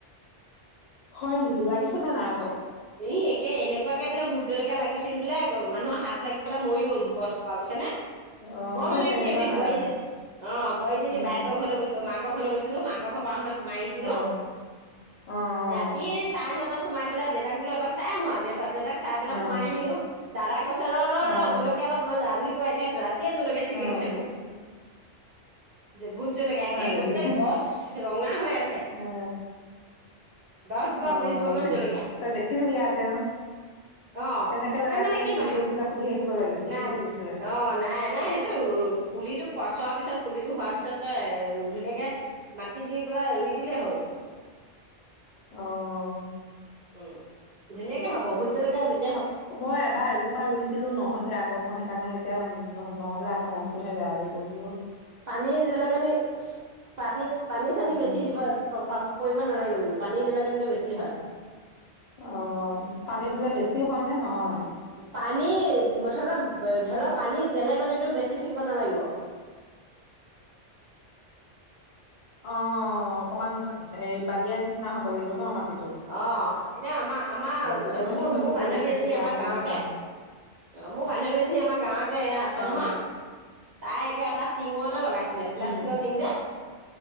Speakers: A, on the left; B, on the right.
A: হয় নেকি
B: উম,
A: লাগিছে নে নাই আকৌ?
B: একে এনেকুৱাকে বোলে ভোত জলকীয়া লাগিছিল বোলে মানুহৰ হাত। লাগি পেলাই মৰি গ'ল গছোপা বুজছে নে।
A: অ
B: মই মানে
A: সেই তেনেকুৱা
B: কি ইনেই
A: হয়
B: বোৱাৰী অ বোৱাৰীজনী
A: উম
B: বায়েকৰ ঘৰলৈ গৈছো মাক। ঘৰলে গৈছিলোঁ, মাক ঘৰ পৰা আহোতে। সোমাই আহিছিলো
A: অ অ অ
B: ৰাতি চাৰে নটা সোমাইেলাই দেতাক বোলো এাকাই আহো আৰু দেউা দেউাক। চাই পেলাই
A: অ
B: সোমাই আহিলো। দাদাই কৈছে। ৰহ,
A: অ
B: জলকীয়া অলপ ল যা বুলি। একে ড্ৰাত <unintelligible> তেতিয়া জলকীয়া ছিগি
A: অ
B: দিছে মোক। ভোট জলকীয়া একে
A: হয় নেকি
B: গোটেই গছ ৰঙা হৈ আছে!
A: অ
B: দহ জোপা
A: অ
B: বিশ জোপা মান
A: দে
B: জলকীয়া
A: তই দেখিলি আ তেওঁ
B: অ
A: কেনেকে লগাইছিলে
B: এই মানে কি বাহা।।
A: কৰিছিলে সুধি আহিব লাগিছিল
B: নাই,
A: কি কি দিছিলে
B: অ নাই নাই সেইটো পুলি। পুলিটো পচোৱাৰ পিছত পুলিটো হোৱাৰ পিছত ধুনীয়াকে মাটি দি। পেলাই ৰুই দিলেই হ'ল।
A: অঁ।
B: উম, ধুনীয়াকে হ'ব ভুত জলেকীয়া।
A: মই এবাৰ এজোপা ৰুইছিলো নহলে আকৌ মই সেইকাৰণে এতিয়া নহলে আকৌ মনতটোহে বেয়া লাগিল। <inaudible>
B: পানী যেলেকানি পানী পানী চানী
A: উম
B: বেছি দিব পাব পৰিব নালাগিব কিন্তু। পানী জলে কিন্তু বেছি হয়
A: অ পানী দিলে বেছি বেছি হয় নে নহয়
B: পানী মুঠতে ধৰ পানী জেলেকণীটো বেছি থাকিব নালাগিব
A: অ অকমান হেৰি বালিয়া নিচিনা হব লাগিব ন মাটিত
B: অ এতিয়া আমাৰ আমাৰ ওচ
A: জেলেকনি
B: মোৰ
A: হৈ
B: মোৰ
A: থাকিলে
B: বান্ধৱী
A: বস্তুটো
B: এজনী
A: বেয়া
B: আমাৰ
A: হৈ
B: গাঁৱতে
A: যায়
B: অ মোৰ বান্ধৱী এজনী আমাৰ গাঁৱতে আছে
A: অ অ
B: নহয় তাই একে এটা টিঙতে লগাইছিলে প্লাষ্টিকৰ
A: উম
B: টিং যে